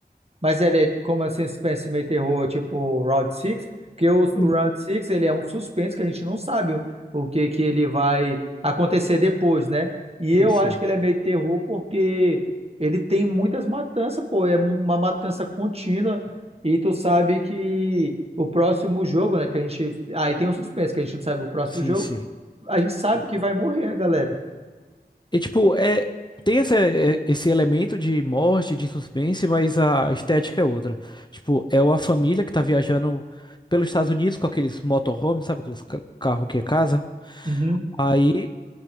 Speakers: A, on the right; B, on the left.
A: Mas ele é como assim, suspense meio terror, tipo Round Six Porque o, o
B: Hum,
A: Round Six ele é um suspense que a gente não sabe o, o que que ele vai acontecer depois, né? E
B: Sim,
A: eu
B: sim.
A: acho que ele é meio terror porque ele tem muitas matanças, pô, é uma matança contínua e tu sabe que o próximo jogo, né, que a gente, aí tem um suspense que a gente não sabe o próximo
B: Sim,
A: jogo,
B: sim.
A: a gente sabe que vai morrer a galera.
B: E tipo, é, tem essa, é, esse elemento de morte, de suspense, mas a estética é outra. Tipo, é uma família que tá viajando pelos Estados Unidos com aqueles motorhomes, sabe? Aqueles ca- carro que é casa.
A: Uhum,
B: Aí